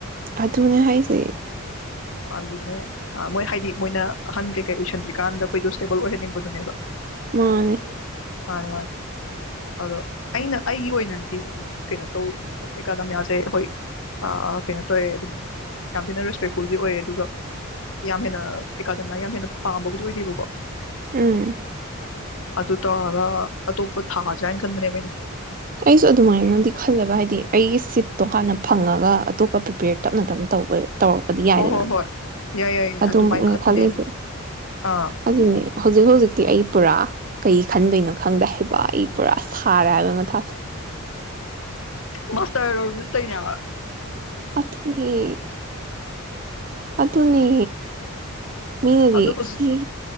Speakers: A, on the right; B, on the left.
A: ꯑꯗꯨꯅꯦ ꯍꯥꯏꯁꯦ
B: ꯑꯗꯨꯅꯦ ꯃꯣꯏ ꯍꯥꯏꯗꯤ ꯃꯣꯏꯅ ꯑꯍꯟ ꯀꯩꯀꯩ ꯑꯣꯏꯁꯟꯗ꯭ꯔꯤꯀꯥꯟꯗ ꯑꯩꯈꯣꯏꯗꯣ ꯁ꯭ꯇꯦꯕꯜ ꯑꯣꯏꯍꯟꯅꯤꯡꯕꯗꯨꯅꯦꯕ
A: ꯃꯥꯅꯦ
B: ꯃꯥꯅꯤ ꯃꯥꯅꯤ ꯑꯗꯣ ꯑꯩꯅ ꯑꯩꯒꯤ ꯑꯣꯏꯅꯗꯤ ꯀꯩꯅꯣ ꯇꯧ ꯑꯦꯀꯥꯗ ꯌꯥꯖꯩ ꯍꯣꯏ ꯀꯩꯅꯣ ꯇꯧꯋꯦ ꯑꯗꯨꯝ ꯌꯥꯝ ꯊꯤꯅ ꯔꯦꯁꯄꯦꯛ ꯁ꯭ꯀꯨꯜꯒꯤ ꯑꯣꯏꯔꯦ ꯑꯗꯨꯒ ꯌꯥꯝ ꯍꯦꯟꯅ ꯑꯦꯀꯥꯗꯃꯤꯅ ꯌꯥꯝ ꯍꯦꯟꯅ ꯄꯥꯝꯕꯕꯨꯗꯤ ꯑꯣꯏꯗꯦꯕꯀꯣ
A: ꯑ
B: ꯑꯗꯨ ꯇꯥꯔꯒꯥ ꯑꯇꯣꯞꯄ ꯊꯥꯖꯥꯅ ꯈꯟꯕꯅꯦꯕꯣꯏꯩꯅ
A: ꯑꯩꯁꯨ ꯑꯗꯨꯃꯥꯏꯅꯗꯤ ꯈꯜꯂꯦꯕ ꯍꯥꯏꯗꯤ ꯑꯩꯒꯤ ꯁꯤꯠꯇꯣ ꯍꯥꯟꯅ ꯐꯪꯉꯒ ꯑꯇꯣꯞꯄ ꯄ꯭ꯔꯤꯄꯦꯌꯔ ꯇꯞꯅ ꯇꯞꯅ ꯇꯧꯕ ꯇꯧꯑꯛꯄꯗꯤꯥ ꯌꯥꯏꯗꯅ
B: ꯍꯣꯏ ꯍꯣꯏ ꯍꯣꯏ ꯌꯥꯏ ꯌꯥꯏ ꯌꯥꯏ
A: ꯑꯗꯨꯃꯛꯅ
B: ꯑꯗꯨꯃꯥꯏꯅ ꯈꯟꯕꯅꯦ
A: ꯈꯜꯂꯤꯁꯦ
B: ꯑꯩꯁꯨ ꯑꯥ
A: ꯑꯗꯨꯅꯦ ꯍꯧꯖꯤꯛ ꯍꯧꯖꯤꯛꯇꯤ ꯑꯩ ꯄꯨꯔꯥ ꯀꯩ ꯈꯟꯗꯣꯏꯩꯅꯣ ꯈꯪꯗꯦ ꯍꯕ ꯑꯩ ꯄꯨꯔꯥ ꯁꯥꯔꯦ ꯍꯥꯏꯕꯒꯤ ꯃꯊꯥꯁꯦ
B: ꯃꯁꯇ꯭ꯔ ꯂꯣꯏꯕꯥꯖꯨ ꯇꯧꯔꯤꯅꯤ ꯍꯥꯌꯕꯥ
A: ꯑꯗꯨꯅꯦ ꯑꯗꯨꯅꯦ ꯃꯤꯅꯗꯤ
B: ꯑꯗꯣ ꯍꯧꯖꯤꯛ
A: ꯁꯤꯁꯤ